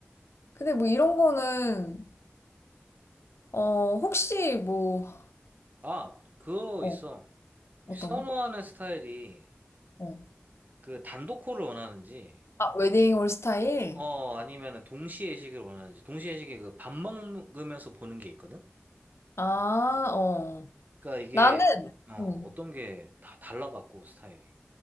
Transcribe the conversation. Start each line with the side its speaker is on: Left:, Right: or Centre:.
Left: 근데 뭐 이런 거는, 어, 혹시 뭐,
Right: 아, 그거
Left: 어,
Right: 있어.
Left: 어떤
Right: 선호하는
Left: 거?
Right: 스타일이
Left: 어.
Right: 그 단독콜을 원하는지,
Left: 아, 웨딩홀 스타일?
Right: 어, 아니면 동시 회식을 원하는지, 동시 회식이 그 밥 먹으면서 보는 게 있거든?
Left: 아, 어.
Right: 그러니까 이게,
Left: 나는,
Right: 어,
Left: 음.
Right: 어떤 게 다 달라갖고, 스타일이.